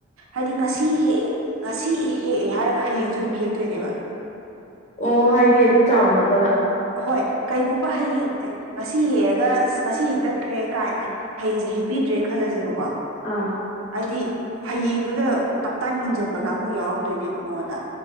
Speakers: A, on the right (about 80°); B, on the left (about 35°).
A: ꯍꯥꯏꯗꯤ ꯉꯁꯤ ꯍꯦꯛꯑꯦ ꯉꯁꯤ ꯑꯦ ꯍꯦꯛꯑꯦ ꯍꯥꯏꯔꯒ ꯍꯌꯦꯡꯁꯨ ꯑꯗꯨꯝ ꯍꯦꯛꯇꯣꯏꯅꯦꯕ
B: ꯑꯣ ꯍꯥꯏꯗꯤ ꯑꯗꯨꯝ ꯆꯥꯎꯔꯝꯃꯗꯕ
A: ꯑꯍꯣꯏ ꯀꯩꯒꯨꯝꯕ ꯍꯌꯦꯡ ꯉꯁꯤ ꯍꯦꯛꯑꯒ ꯉꯁꯤ ꯍꯦꯛꯇꯠꯈ꯭ꯔꯦ ꯀꯥꯏꯅ ꯍꯌꯦꯡꯁꯦ ꯍꯦꯞꯄꯤꯗ꯭ꯔꯦꯅ ꯈꯜꯂꯁꯦꯕꯀꯣ
B: ꯑꯥ
A: ꯍꯥꯏꯗꯤ ꯍꯌꯦꯡꯗꯨꯗ ꯇꯞꯇꯥꯏ ꯃꯨꯟꯁꯤꯟꯕ ꯀꯥꯡꯕꯨ ꯌꯥꯎꯔꯝꯗꯣꯏꯅꯦꯕ ꯃꯉꯣꯟꯗ